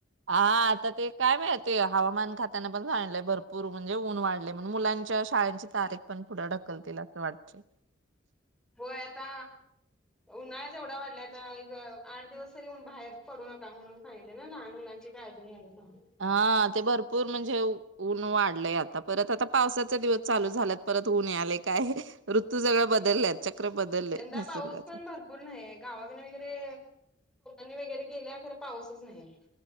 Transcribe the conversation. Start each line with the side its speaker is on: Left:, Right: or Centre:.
Right: हा आता ते काय माहिती हवामान खात्यान पण सागिंतलय, भरपूर म्हणजे ऊन वाढले म्हणून मुलांच्या शाळेंची तारीख पण पुढं ढकलतील असं वाटतय.
Centre: होय, आता उन्हाळाच एवढा वाढलाय आता एक आठ दिवस तरी बाहेर पडू नका म्हणून सांगितलय ना लहान मुलांची काळजी घ्यायला सांगितले
Right: हा ते भरप पूर म्हणजे ऊन वाढलय, आता परत आता पावसाचा दिवस चालू झाल्यात परत ऊन यालय काय ऋतू सगळ बदलल्यात चक्र बदललय
Centre: यंदा
Right: निसर्गाचे
Centre: पाऊस पण भरपूर नाहीये, गावाकने वगैरे णि वगैरे केल्या, खर पाऊसच नाही